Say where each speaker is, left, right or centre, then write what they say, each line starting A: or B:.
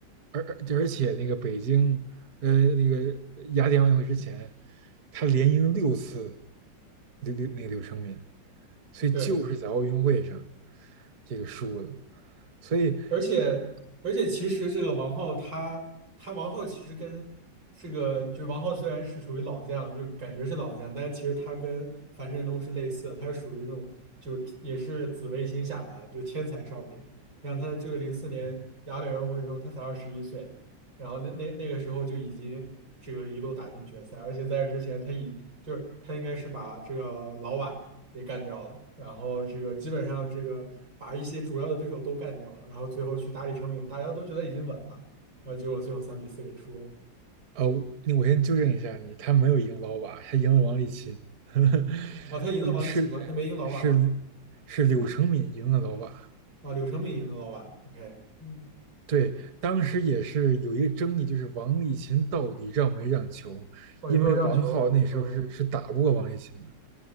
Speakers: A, on the right; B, on the right.
A: 而而而且那个北京呃，那个雅典奥运会之前，他连赢六次柳柳那个柳成敏，所以就是在奥运会上
B: 对。
A: 这个输了。所以，
B: 而且而且，其实这个王浩他他王浩其实跟这个就王浩虽然是属于老将，就感觉是老将，但是其实他跟樊振东是类似的，他是属于这种就是也是紫微星下凡，就是天才少年。然后他这个零四年雅典奥运会的时候，他才二十一岁，然后那那那个时候就已经这个一路打进决赛，而且在这之前他已就是他应该是把这个老瓦。也干掉了，然后这个基本上这个把一些主要的对手都干掉了，然后最后去打李成敏，大家都觉得已经稳了，然后结果最后三比四给输了。
A: 呃，那我先纠正一下你，他没有赢老瓦，他赢了王励勤，<laughs>
B: 哦，他赢了王励勤吗？
A: 呃是是
B: 他没赢老瓦吗？
A: 是柳成敏赢了老瓦。
B: 啊，柳成敏赢了老瓦。OK，嗯，
A: 对，当时也是有一个争议，就是王励勤到底让没让球，
B: 哦，
A: 因为王皓那时候是是打不过王励勤的。
B: 有没有让球？嗯，